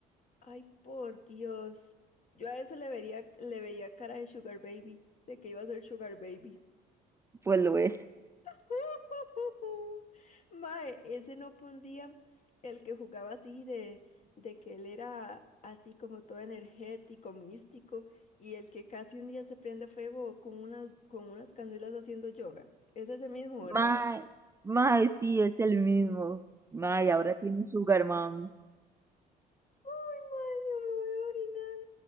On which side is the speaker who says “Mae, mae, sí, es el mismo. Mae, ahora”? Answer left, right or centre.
Right